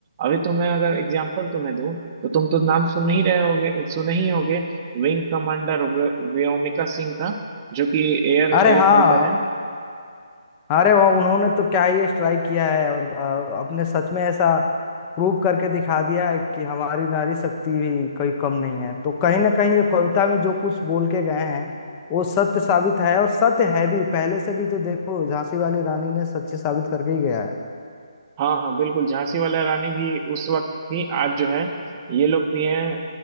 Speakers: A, on the right; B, on the left.
A: अभी तो मैं अगर एग्जाम्पल तुम्हें दूं तो तुम तो नाम सुन ही रहे होगे सुने ही होगे विंग कमांडर व्योमिका सिंह का जो कि एयर
B: अरे
A: एयर
B: हाँ
A: फाइटर है
B: अरे वाह उन्होंने तो क्या ही स्ट्राइक किया है और आ, अपने सच में ऐसा प्रूव करके दिखा दिया है कि हमारी नारी शक्ति भी कोई कम नहीं है तो कहीं ना कहीं ये कविता में जो कुछ बोल के गए हैं वो सत्य साबित है और सत्य है भी पहले से भी तो देखो झांसी वाली रानी ने सत्य साबित करके ही गया है
A: हाँ हाँ बिल्कुल झांसी वाला रानी भी उस वक्त थी आज जो है ये लोग भी हैं अ,